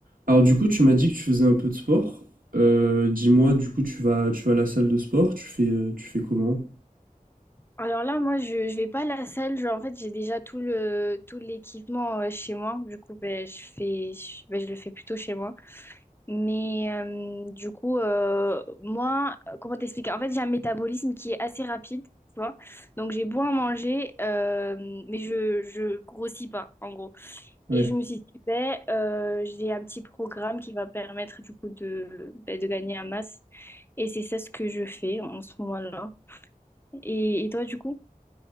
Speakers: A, on the right (about 75°); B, on the left (about 15°).
A: Alors du coup, tu m'as dit que tu faisais un peu de sport. Euh, dis-moi, du coup, tu vas, tu vas à la salle de sport, tu fais, euh, tu fais comment?
B: Alors là, moi, je, je vais pas à la salle. Genre, en fait, j'ai déjà tout le, tout l'équipement euh, chez moi. Du coup, ben, je fais, je, ben, je le fais plutôt chez moi. Mais euh, du coup, euh, moi, comment t'expliquer? En fait, j'ai un métabolisme qui est assez rapide, tu vois. Donc, j'ai beau à manger, euh, mais je, je grossis pas, en gros.
A: Ouais.
B: Et je me suis dit, ben, euh, j'ai un petit programme qui va permettre, du coup, de, ben, de gagner en masse. Et c'est ça ce que je fais en ce moment-là. Et, et toi, du coup?